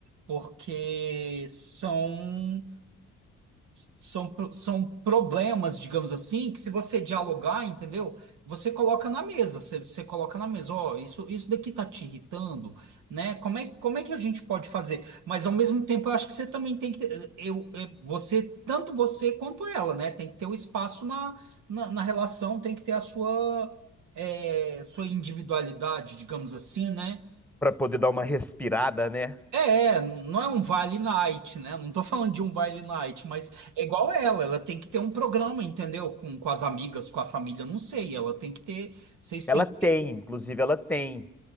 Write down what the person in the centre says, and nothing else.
Pra poder dar uma respirada, né?
Ela
tem, inclusive ela tem,